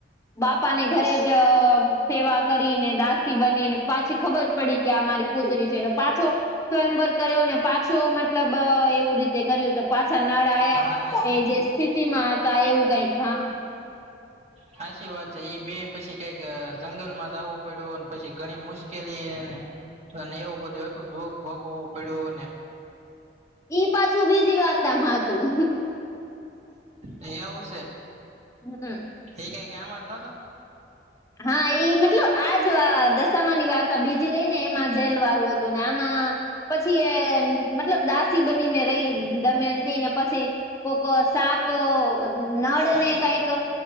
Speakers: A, on the left (about 15°); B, on the right (about 35°).
A: બાપાને ઘરે જ સેવા કરીને દસ્ી બનીને પાછી ખબર પડી કે આ મારી પુત્રી છે પાછો સ્વયંવર્ કર્યો ને પાછો મતલબ એવું રીતે તે કર્યું તો પાછા નળ આ્યા
B: હા આશી
A: એ જે સ્થિતિમાં હતા એવું કઈક હા
B: સાચી વાત છે એ બે પછી કઈક જંગલ માં જવું પડ્યું પછી ઘણી મુશ્કેલીને અને એવું બધું હતું દુઃખ ભગવું પડ્યું ને
A: ઈ પાછું બીજી વાર્તામાં હતું.
B: અહ આવવું છે.
A: હમ હ.
B: એ ક કે આમ વાત નતો.
A: હા ઈ મતલબ આજ દશામા ની વાર્તા બીજી રહી ને એમાં જેલ વાળું હતું. ને આમાં પછી એ મતલબ દાસી બનીને રહી દમયંત ને પછી કોઈક સાપ નળ
B: હાચી
A: ને કઈક